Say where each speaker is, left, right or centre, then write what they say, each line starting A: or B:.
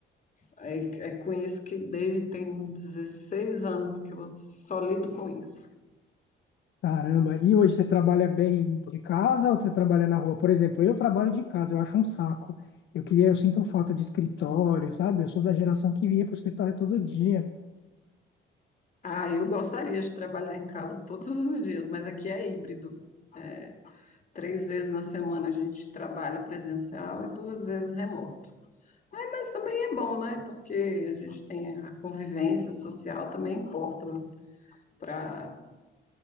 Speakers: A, on the left (about 40°); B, on the left (about 65°).
A: É, é com isso que desde tem 16 anos que eu só lido com isso.
B: Caramba, e hoje você trabalha bem de casa ou você trabalha na rua? Por exemplo, eu trabalho de casa, eu acho um saco. Eu queria, eu sinto falta de escritório, sabe? Eu sou da geração que ia para o escritório todo dia.
A: Ah, eu gostaria de trabalhar em casa todos os dias, mas aqui é híbrido. É, três vezes na semana a gente trabalha presencial e duas vezes remoto. Ah, mas também é bom, né? Porque a gente tem a convivência social, também importa para